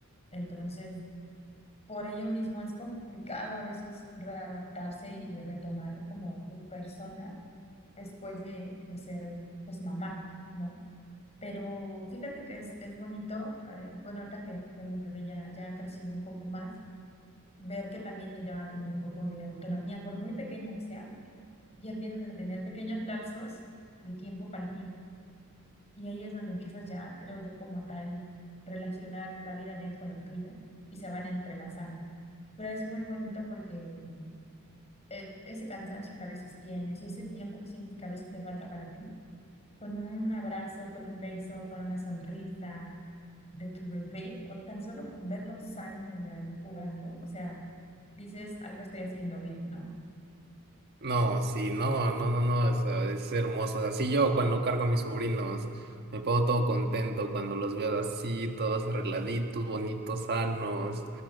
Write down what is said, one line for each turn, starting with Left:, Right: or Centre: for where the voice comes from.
Left: Entonces, por ello mismo es complicado a veces readaptarse y retomar como tu persona después de, de ser pues mamá, ¿no? Pero fíjate que es, es bonito, eh, bueno, ahorita que, que mi bebé ya, ya ha crecido un poco más, ver que también ella va teniendo un poco de autonomía, por muy pequeña que sea, ya empiezas a tener pequeños lapsos de tiempo para ti y ahí es donde empiezas ya, creo yo, como a tal, relacionar la vida de él con la tuya y se van entrelazando. Pero es muy bonito porque eh, ese cansancio que a veces tienes y ese tiempo que sientes que a veces te falta para ti, con un abrazo, con un beso, con una sonrisa de tu bebé o tan solo con verlo sano y ahí jugando, o sea, dices, algo estoy haciendo bien, ¿no?
Right: No, sí, no, no, no, no, es, ah, es hermoso. Así yo cuando cargo a mis sobrinos, me pongo todo contento cuando los veo así, todos arregladitos, bonitos, sanos.